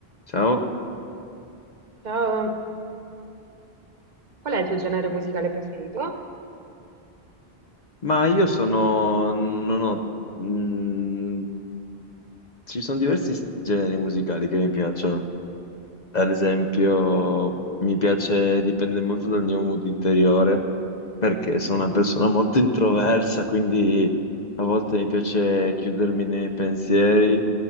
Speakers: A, on the left; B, on the right.
A: Ciao,
B: Ciao, qual è il tuo genere musicale preferito?
A: ma io sono, non ho, mm, ci sono diversi st- generi musicali che mi piacciono. Ad esempio, mi piace, dipende molto dal mio mood interiore, perché sono una persona molto introversa, quindi a volte mi piace chiudermi nei pensieri